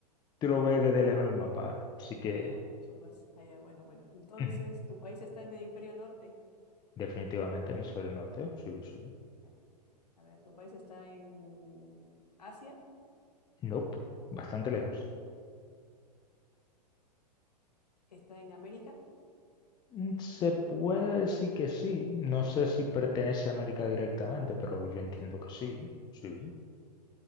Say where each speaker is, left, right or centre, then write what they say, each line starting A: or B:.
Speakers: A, on the left; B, on the left.
A: tú lo ves desde lejos en el mapa, así que
B: Ay, a chumas. Ay, ya, bueno, bueno. Entonces,
A: ujú,
B: ¿tu país está en el hemisferio norte?
A: definitivamente hemisferio norte, sí, sí,
B: Ya, A ver, ¿tu país está en Asia?
A: nope, bastante lejos.
B: ¿Está en América?
A: Mm, Se puede decir que sí, no sé si pertenece a América directamente, pero yo entiendo que sí, sí.